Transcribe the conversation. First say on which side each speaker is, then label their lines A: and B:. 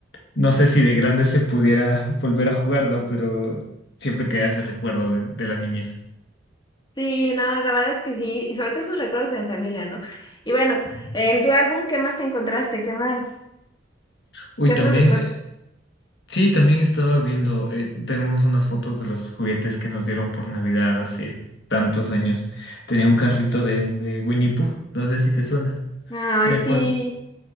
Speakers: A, on the left; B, on the left.
A: No sé si de grande se pudiera volver a jugar, ¿no? Pero siempre queda ese recuerdo de, de la niñez.
B: sí, no, la verdad es que sí. Y sobre todo esos recuerdos en familia, ¿no? Y bueno,
A: Ujú.
B: en tu álbum, ¿qué más te encontraste? ¿Qué más?
A: Uy,
B: ¿Qué
A: también,
B: otro recuerdo?
A: eh, sí, también estaba viendo, eh, tenemos unas fotos de los juguetes que nos dieron por Navidad hace tantos años. Tenía un carrito de, de Winnie Pooh, no sé si te suena,
B: Ay,
A: en el
B: sí.
A: cual,